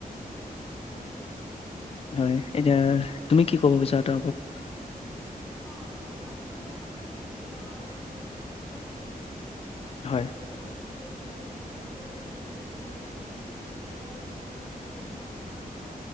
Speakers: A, in the centre; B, on the left.
A: হয়
B: হয় এতিয়া তুমি কি কব বিচাৰা তাৰ ওপৰত।
A: অ' জলপান খোৱা হয় ভাল লাগে এনেকে গাঁৱৰ এনেকে খুৰী,
B: হয়,
A: খুৰা, খুৰি পেহী সকলোৱে মিলিয়ে একেদৰে মানে যেনেদৰে একেলগে মিলি জলপান খুন্দা হয়